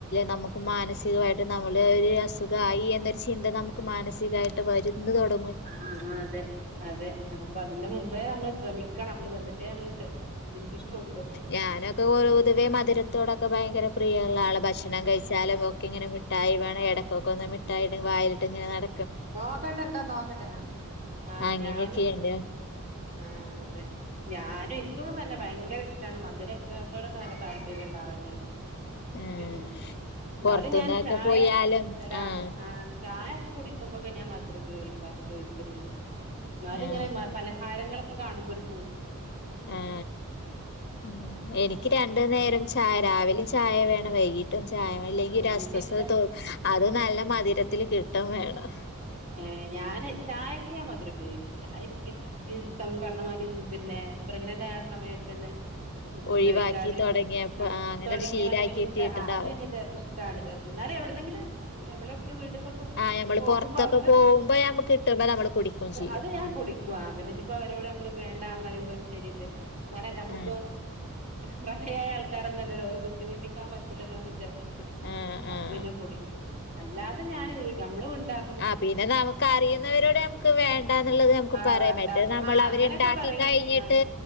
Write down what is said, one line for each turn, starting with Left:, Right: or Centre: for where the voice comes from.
Left: നമുക്ക് മാനസികമായിട്ട് നമ്മള ആ ഒരു അസുഗം ആയി എന്നൊരു ചിന്ത നമു മാനസികമായിട്ട് വരുന്ന് തൊട
Right: ആ അതെ അതെ അപ്പൊ അതിന്റെ മുമ്പേ നമ്മൾ ശ്രമിക്കണം നമ്മള് വന്നിട്ടേ നമ്മള് ചിന്തിക്കുള്ളൂ
Left: ഞാനൊക്കെ പൊതുവെ മധുരത്തോടൊക്കെ ഭയങ്കര പ്രിയ ഉള്ള ആള ഭക്ഷണം കഴിച്ചാലും ഒക്കെ ഇങ്ങനെ മിഠായി വേണം ഇടയ്ക്കൊക്കെ ഒന്ന് മിട്ടായി ഒന്ന് വായിൽ വായിലിട്ട് ഇങ്ങനെ നട
Right: നോക്കട്ടണ്ടോ നോക്കട്ടെ ആ
Left: അങ്ങനെയൊക്കെയാണ്
Right: ഞാനും ആ അതെ ഞാനും എനിക്കൊന്നും തന്നെ ഭയങ്കര ഇഷ്ടാണ് മധുരയൊക്കെത്തോടെ നല്ല താല്പര്യയുള്ള ആളാ ഞാൻ
Left: ആഹ്
Right: പിന്നെ എന്നാലും
Left: പൊറത്തുന്നൊക്കെ
Right: ഞാൻ ചായ
Left: പോയാലും
Right: പഞ്ചസാര
Left: ആഹ്
Right: ആ ചായ ഒക്കെ കുടിക്കും കൂടിക്കുമ്പൊക്ക ഞാൻ മധുരം ഉപയോഗിക്ക ഉപയോഗിക്കലില്ല എന്നാലും
Left: ആഹ്
Right: ഇങ്ങനെ പലഹാരങ്ങളൊക്കെ ഒക്കെ കാണുമ്പൊ ഒരു പൂതി
Left: ആ ഉം എനിക്ക് രണ്ട് നേരം ചായ രാവിലെയും ചായ വേണം വൈകിട്ടും ചായ ഇല്ലെങ്കിൽ അസ്വസ്ഥതോ
Right: അങ്ങനെ
Left: തോന്നും അത് നല്ല മധുരത്തിൽ കിട്ടും ഇടും വേണം
Right: ഏ ഞാൻ ചായക്കെ ഞാൻ മധുരം ഉപയോഗിക്കൂല അ എനിക്ക് ഇത് സം പറഞ്ഞമാതിരി പിന്നെ പ്രെഗ്നന്റ് ആയ സമയത്ത് തന്നെ
Left: ഒഴിവാക്കി
Right: ഉപയോഗിക്കാതെ
Left: തുടങ്ങിയപ്പോ
Right: ആ
Left: അങ്ങനെ
Right: തുടങ്ങിയതണ്ട്
Left: ഒരു ശീലാക്കി
Right: പിന്നെ
Left: കിട്ടിയിട്ടുണ്ടാവും
Right: എനിക്ക് അത് പിന്നെ ഇത് ഇഷ്ടാണ് ഇത് എന്നാലും എവിടുന്നെങ്കിലും നമ്മള വീട്ടക്കൊക്കെ
Left: ആ നമ്മള്
Right: പോ
Left: പുറത്തൊക്കെ
Right: അവിടെ നിന്ന്
Left: പോകുമ്പോ നമ്മക്ക് കിട്ടുമ്പോ നമ്മള് കുടിക്കും ചെയ്യും
Right: അത് ഞാൻ
Left: ആ
Right: കുടിക്കും അത്‌ പിന്നെ അവരോട് നമ്മൾ വേണ്ടാന്ന് പറയുമ്പോൾ ഒരു ശരി ഇല്ലല്ലോ അങ്ങനല്ല നമ്മളിപ്പോ
Left: ആ
Right: പ്രായമായ ആൾക്കാരല്ലേ ഇല്ല ഓരെ ബുദ്ധിമുട്ടിക്കാൻപറ്റില്ലല്ലോന്ന് വിചാരിച്ചിട്ട്
Left: ആ
Right: അപ്പ
Left: ആ ആ
Right: പിന്നെ കുടിക്കും അല്ലാതെ ഞാനും വീട്ടിൽ നമ്മൾ ഉണ്ടാക്ക
Left: ആ പിന്നെ നമുക്ക് അറിയുന്നവരോട് നമുക്ക് വേണ്ട എന്നുള്ളത് നമുക്ക്
Right: ആഹ്
Left: പറയാം
Right: വേണ്ടാന്ന്
Left: മറ്റേ നമ്മൾ
Right: ആഹ്
Left: അവരുണ്ടാക്കി
Right: അങ്ങനെയൊക്കെ പറയും
Left: കഴിഞ്ഞിട്ട്
Right: ആഹ്